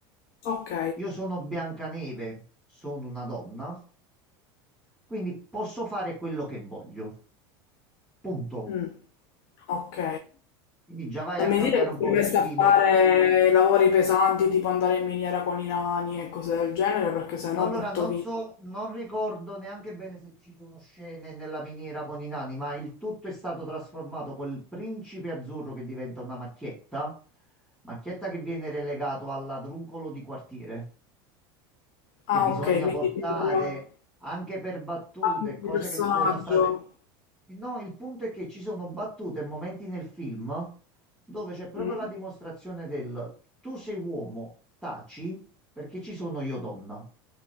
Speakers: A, on the left; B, in the centre.
A: ok.
B: Io sono Biancaneve, sono una donna quindi posso fare quello che voglio. Punto.
A: Mm, ok.
B: Quindi già vai
A: Non
B: a
A: mi
B: cambiare
A: dire che
B: un
A: si
B: pochettino.
A: è messa a fare lavori pesanti tipo andare in miniera con i nani e cose del genere perché sennò
B: No, allora
A: butto
B: non
A: via.
B: so, non ricordo neanche bene se ci sono scene nella miniera con i nani, ma il tutto è stato trasformato col principe azzurro che diventa una macchietta, macchietta che viene relegato al ladruncolo di quartiere.
A: Ah,
B: che bisogna
A: ok, quindi
B: portare
A: proprio
B: anche per battute,
A: cambio di
B: cose
A: personaggio.
B: che sono state... No, il punto è che ci sono battute e momenti nel film dove c'è proprio
A: Mm,
B: la dimostrazione del tu sei uomo, taci perché ci sono io donna